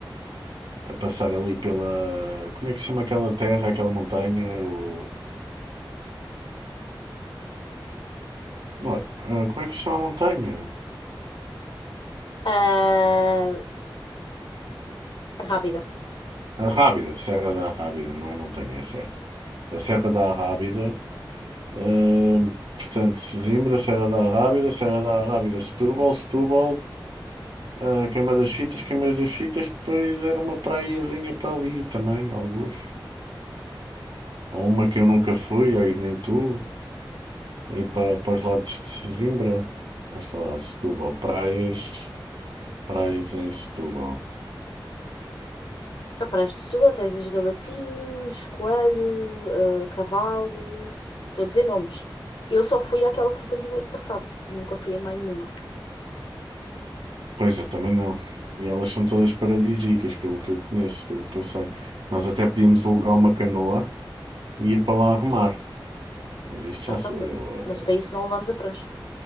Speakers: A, on the right (about 75°); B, on the left (about 70°).
A: a passar ali pela. Como é que se chama aquela terra, aquela montanha? O... Bom, ah, como é que se chama a montanha?
B: Ah, rápida.
A: Ah, a Rábida, Serra da Rábida, não é montanha, é serra. A Serra da Rábida. Ahm, portanto, Sesimbra, Serra da Rábida, Serra da Rábida, Setúbal, Setúbal. ah, Queima das Fitas, Queima das Fitas, depois era uma praiazinha para ali também, alguns. Ou uma que eu nunca fui, ou e nem tu, aí para, para os lados de Sesimbra, ou sei lá, Setúbal, praias, praias em Setúbal.
B: A Praia de Setúbal tens os Galapinhos, Coelho, eh, Cavalo. Estou a dizer nomes. Eu só fui àquela que fui contigo ano passado. Nunca fui a mais nenhuma.
A: Pois é, também não. E elas são todas paradisíacas, pelo que eu conheço, pelo que eu sei. Nós até podíamos alugar uma canoa e ir para lá remar. Mas isto já
B: Ah, Então,
A: sou
B: mas
A: eu.
B: mas
A: eh.
B: para isso não levámos a prancha.